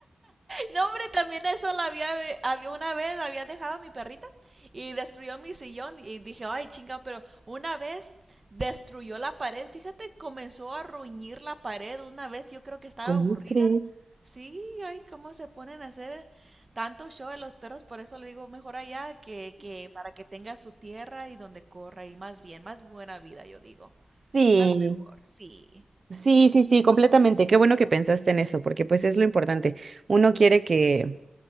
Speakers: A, on the right; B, on the right.
A: No, hombre, también eso la había, había una vez, había dejado a mi perrita y destruyó mi sillón y dije, ay, chinga, pero una vez destruyó la pared, fíjate, comenzó a ruñir la pared una vez, yo creo que estaba
B: <laughs> ¿Cómo
A: aburrida.
B: crees?
A: Sí, ay, cómo se ponen a hacer tanto show de los perros, por eso le digo mejor allá que, que para que tenga su tierra y donde corra y más bien, más buena vida, yo digo.
B: Sí,
A: Más mejor, sí,
B: sí, sí, sí, completamente. Qué bueno que pensaste en eso, porque pues es lo importante. Uno quiere que,